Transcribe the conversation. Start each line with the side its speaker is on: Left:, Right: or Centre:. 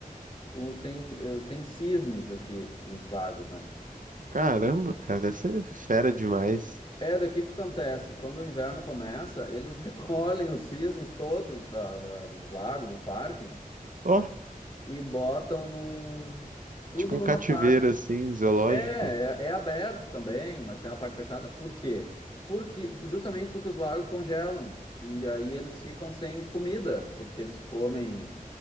Left: o, tem, eh, tem cisnes aqui nos lagos, né?
Right: Caramba, cara, deve ser fera demais.
Left: É, daqui que acontece, quando o inverno começa, eles <laughs> recolhem os cisnes todos da, da- dos lagos, dos parques,
Right: Ó,
Left: e botam num, tudo
Right: tipo um
Left: numa
Right: cativeiro
Left: parte.
Right: assim, zoológico.
Left: É, é, é aberto também, mas tem a parte fechada. Por quê? Porque, justamente porque os lagos congelam. E daí eles ficam sem comida, porque eles comem